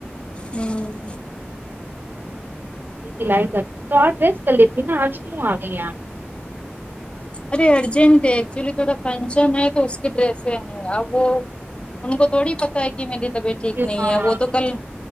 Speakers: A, on the left; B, on the right.
A: ہمم
B: سلائی کر تو اج ریسٹ کر لیتی نا تو اج کیوں اگئی اپ
A: ارے ارجنٹ ہے ایکچولی تھوڑا فنکشن ہے تو اس کے ڈریس ہیں اب وہ ان کو تھوڑی پتا ہے کہ میری طبیعت ٹھیک
B: پھر
A: نہیں
B: ہاں
A: ہے وہ تو کل